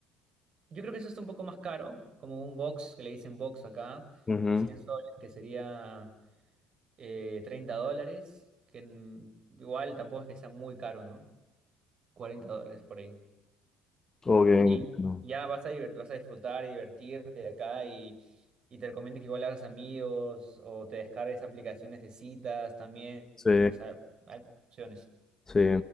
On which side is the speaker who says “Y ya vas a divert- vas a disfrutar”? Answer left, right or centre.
Right